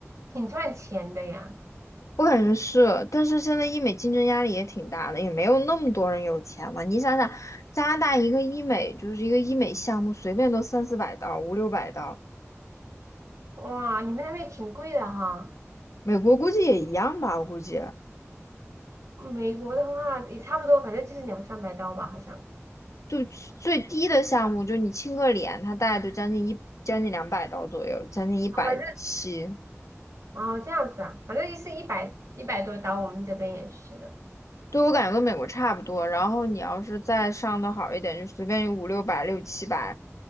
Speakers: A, on the right; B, on the left.
A: 挺赚钱的呀？
B: 我感觉是，但是现在医美竞争压力也挺大的，也没有那么多人有钱了。你想想，加拿大一个医美就是一个医美项目，随便都三四百刀，五六百刀。
A: 哇，你们那边挺贵的哈。
B: 美国估计也一样吧，我估计
A: 美国的话也差不多，反正就是两三百刀吧，好像。
B: 就最低的项目，就你亲个脸，它大概就将近一将近两百刀左右，将近一百七。
A: 哦，反正哦这样子啊，反正就是一百一百多刀，我们这边也是的。
B: 对我感觉跟美国差不多。然后你要是再上的好一点，就随便有五六百、六七百。